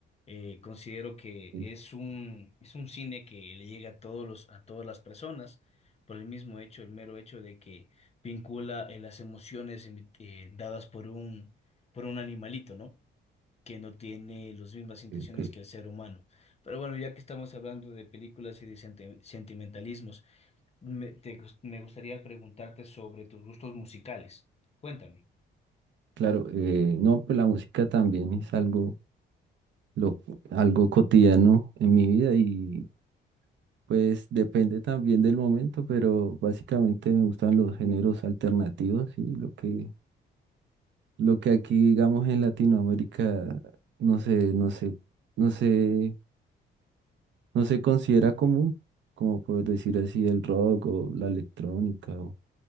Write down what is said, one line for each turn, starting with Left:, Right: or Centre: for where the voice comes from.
Left: Eh, considero que
Right: Ok,
Left: es un, es un cine que le llega a todos los, a todas las personas por el mismo hecho, el mero hecho de que vincula eh, las emociones em- eh, dadas por un, por un animalito, ¿no? Que no tiene las mismas intenciones
Right: ok.
Left: que el ser humano. Pero bueno, ya que estamos hablando de películas y de senti- sentimentalismos, me, te gus- me gustaría preguntarte sobre tus gustos musicales. Cuéntame,
Right: Claro, eh, no, pues la música también es algo, lo, algo cotidiano en mi vida y pues depende también del momento, pero básicamente me gustan los géneros alternativos y lo que, lo que aquí digamos en Latinoamérica no se, no se, no se, no se considera común, como por decir así el rock o la electrónica o